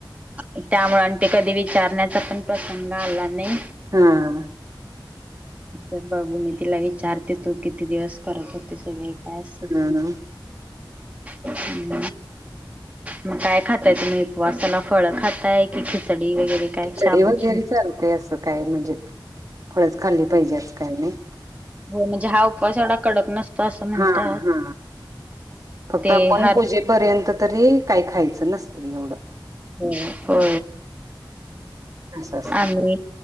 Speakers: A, on the right; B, on the right.
A: त्यामुळे आणि ते कधी विचारण्याचा पण प्रसंग आला नाही.
B: हा
A: तर बघू मी तिला विचारते तू किती दिवस करत होते सगळे काय अस
B: हा
A: हम् मग काय खाताय तुम्ही उपवासाला फळं खाताय की खिचडी वगैरे काय
B: खिचडी
A: शाबूची
B: वगैरे चालते असं काय म्हणजे फळंच खाल्ली पाहिजे असं काही नाही
A: हो म्हणजे हा उपवास एवढा कडक नसतो असं म्हणतात
B: हा हा फक्त
A: ते
B: आपण
A: हर
B: पूजेला पर्यंत तरी काही खायचं नसत एवढं
A: हो... प..
B: असं असतंय
A: आणि